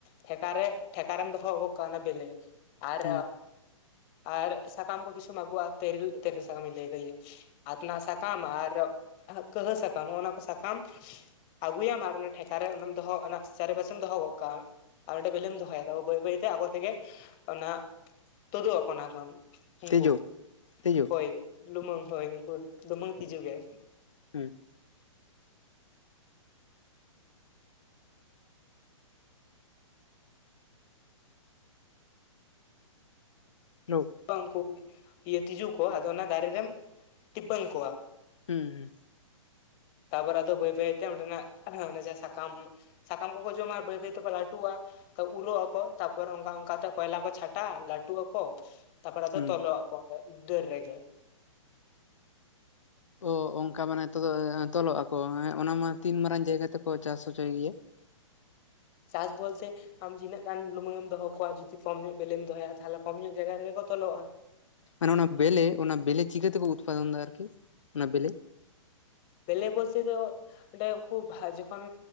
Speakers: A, on the left; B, on the left.
A: ᱴᱷᱮᱠᱟ ᱴᱷᱮᱠᱟᱨᱮᱢ ᱫᱚᱯᱷᱷᱟᱜ ᱠᱟᱱᱟ ᱵᱮᱞᱮ ᱟᱨ
B: ᱦᱩᱸ
A: ᱟᱨ ᱥᱟᱠᱟᱢ ᱠᱚ ᱠᱤᱪᱷᱩᱢ ᱟᱹᱜᱩ-ᱟ ᱛᱮᱨᱮᱞ ᱛᱮᱨᱮᱞ ᱥᱟᱠᱟᱢᱧ ᱞᱟᱹᱭᱫᱟ ᱤᱭᱟᱹ ᱟᱛᱱᱟᱜ ᱥᱟᱠᱟᱢ ᱟᱨ ᱠᱟᱹᱦᱟᱸ ᱥᱟᱠᱟᱢ ᱦᱚᱸᱜᱼ ᱱᱟ ᱠᱚ ᱥᱟᱠᱟᱢ ᱟᱹᱜᱩᱭᱟᱢ ᱟᱨ ᱚᱱᱟ ᱴᱷᱮᱠᱟ ᱚᱱᱟᱢ ᱫᱚᱦᱚ ᱚᱱᱟ ᱪᱟᱨᱮᱯᱟᱥᱮᱢ ᱫᱚᱦᱚ ᱠᱚᱫ ᱠᱟᱜ-ᱟ᱾ ᱟᱨ ᱢᱤᱫᱴᱮᱡ ᱵᱤᱞᱮᱢ ᱫᱚᱦᱚᱭᱟ ᱛᱚ ᱵᱟᱹᱭ ᱵᱟᱹᱭᱛᱮ ᱟᱠᱚ ᱛᱮᱜᱮ ᱚᱱᱟ ᱛᱩᱫᱩᱜ ᱟᱠᱟᱱᱟ ᱠᱷᱚᱱ ᱩᱱᱠᱩ
B: ᱛᱮᱡᱳ ᱛᱮᱡᱳ
A: ᱦᱳᱭ ᱞᱩᱢᱟᱹᱝ ᱦᱳᱭ ᱩᱱᱠᱩ ᱞᱩᱢᱟᱹᱝ ᱛᱤᱡᱩᱜ ᱜᱮ
B: ᱦᱮᱸ ᱦᱮᱞᱳ
A: ᱵᱟᱝ ᱩᱱᱠᱩ ᱤᱭᱟᱹ ᱛᱤᱡᱩ ᱠᱚ ᱟᱫᱚ ᱚᱱᱟ ᱫᱟᱨᱮ ᱨᱮᱢ ᱴᱤᱯᱟᱹᱝ ᱠᱚᱣᱟ
B: ᱦᱩᱸ ᱦᱩᱸ
A: ᱛᱟᱯᱚᱨ ᱟᱫᱚ ᱵᱟᱹᱭ ᱵᱟᱹᱭ ᱛᱮ ᱚᱸᱰᱮᱱᱟᱜ ᱡᱟ ᱥᱟᱠᱟᱢ ᱥᱟᱠᱟᱢ ᱠᱚᱠᱚ ᱡᱚᱢᱟ ᱵᱟᱹᱭ ᱵᱟᱹᱭ ᱛᱮᱠᱚ ᱞᱟᱹᱴᱩᱜ-ᱟ᱾ ᱛᱚ ᱩᱨᱚᱜ ᱟᱠᱚ ᱛᱟᱨᱯᱚᱨᱮ ᱚᱱᱠᱟ ᱚᱱᱠᱟᱛᱮ ᱠᱚᱭᱞᱟ ᱠᱚ ᱪᱷᱟᱴᱟᱜ-ᱟ ᱞᱟᱹᱴᱩᱜ ᱟᱠᱚ, ᱛᱟᱯᱚᱨᱮ ᱟᱫᱚ
B: ᱦᱩᱸ
A: ᱛᱚᱞᱚ ᱟᱠ ᱠᱚ ᱫᱟᱹᱨ ᱨᱮᱜᱮ᱾
B: ᱚ ᱚᱱᱠᱟ ᱢᱟᱱᱮ ᱛᱚᱞᱚᱜ ᱟᱠᱚ ᱦᱮ ᱚᱱᱟ ᱢᱟ ᱛᱤᱱ ᱢᱟᱨᱟᱝ ᱡᱟᱭᱜᱟ ᱛᱮᱠᱚ ᱪᱟᱥ ᱦᱚᱪᱚᱭ ᱜᱮᱭᱟ᱾
A: ᱪᱟᱥ ᱵᱚᱞᱛᱮ ᱟᱢ ᱡᱤᱱᱟᱹ ᱜᱟᱱ ᱞᱩᱢᱟᱹᱝ ᱮᱢ ᱫᱚᱦᱚ ᱠᱚᱣᱟ ᱡᱩᱫᱤ ᱠᱚᱢ ᱧᱚᱜ ᱵᱮᱞᱮᱢ ᱫᱚᱦᱚᱭᱟ ᱛᱟᱦᱚᱞᱮ ᱠᱚᱢ ᱧᱚᱜ ᱡᱟᱭᱜᱟ ᱨᱮᱜᱮ ᱛᱚᱞᱚᱜ-ᱟ᱾
B: ᱢᱟᱱᱮ ᱚᱱᱟ ᱵᱮᱞᱮ ᱚᱱᱟ ᱵᱮᱞᱮ ᱪᱤᱠᱟᱹ ᱛᱮᱠᱚ ᱩᱛᱯᱟᱫᱚᱱ ᱮᱫᱟ ᱟᱨᱠᱤ ᱚᱱᱟ ᱵᱮᱞᱮ
A: ᱵᱮᱞᱮ ᱵᱚᱞᱛᱮ ᱫᱚᱚ ᱚᱸᱰᱮ ᱩᱱᱠᱩ ᱡᱚᱠᱷᱚᱱ